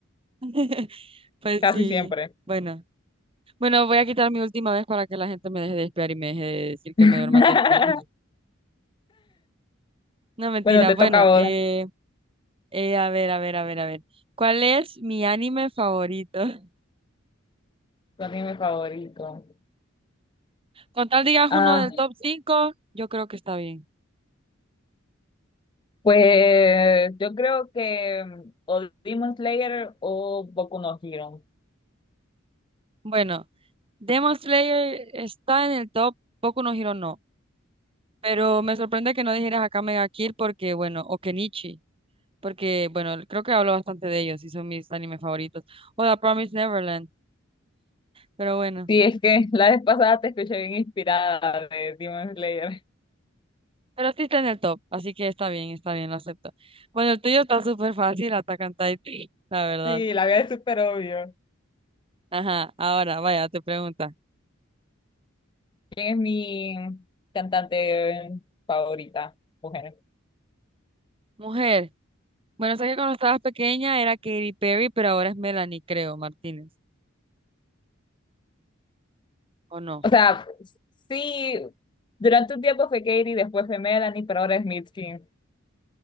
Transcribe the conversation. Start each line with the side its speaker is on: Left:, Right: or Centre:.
Right: <laughs> Pues
Left: casi
Right: sí.
Left: siempre.
Right: Bueno. Bueno, voy a quitar mi última vez para que la gente me deje de espiar y me deje de decir que
Left: <laughs>
Right: me duerma temprano. <laughs> No, mentira.
Left: Bueno, te
Right: Bueno,
Left: toca a
Right: eh,
Left: vos,
Right: eh, a ver, a ver, a ver, a ver. ¿Cuál es mi anime favorito? <laughs>
Left: tu anime favorito.
Right: Con tal digas
Left: Ah,
Right: uno del top 5, yo creo que está bien.
Left: pues yo creo que mm, o Demon Slayer o Boku no Hero.
Right: Bueno. Demon Slayer está en el top, Boku no Hero no. Pero me sorprende que no dijeras acá Mega Kill porque, bueno, o Kenichi, porque, bueno, creo que hablo bastante de ellos y son mis animes favoritos. O The Promised Neverland, pero bueno.
Left: Sí, es que la vez pasada te escuché bien inspirada de Demon Slayer.
Right: Pero sí está en el top, así que está bien, está bien, lo acepto. Bueno, el tuyo está súper fácil, Attack on Titan, la verdad.
Left: Sí, la vida es súper obvio.
Right: Ajá, ahora, vaya, te pregunta.
Left: ¿Quién es mi cantante favorita? Mujer.
Right: Mujer, bueno, sé que cuando estabas pequeña era Katy Perry, pero ahora es Melanie, creo, Martínez, ¿o no?
Left: O sea, sí, durante un tiempo fue Katy, después fue Melanie, pero ahora es Mitski.